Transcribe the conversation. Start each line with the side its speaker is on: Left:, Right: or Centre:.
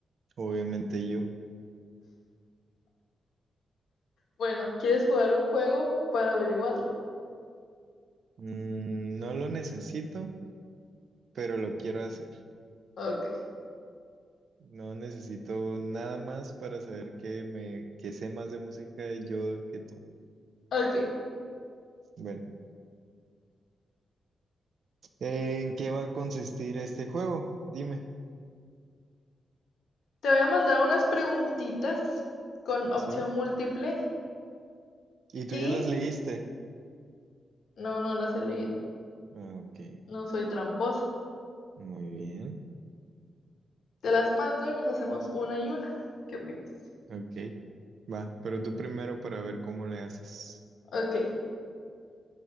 Right: Obviamente yo.
Left: Bueno, ¿quieres jugar a un juego para averiguarlo?
Right: Mm, no lo necesito, pero lo quiero hacer.
Left: Ok,
Right: No necesito nada más para saber que me que sé más de música yo que tú.
Left: ok.
Right: Bueno, ¿en qué va a consistir este juego? Dime,
Left: Te voy a mandar unas preguntitas con opción
Right: ¿sí?
Left: múltiple
Right: ¿Y tú
Left: y
Right: ya las leíste?
Left: no, no las he leído.
Right: Ah, Ok,
Left: No soy tramposa.
Right: muy bien.
Left: Te las mando y nos hacemos una y una. ¿Qué opinas?
Right: Ok, va, pero tú primero para ver cómo le haces.
Left: Ok,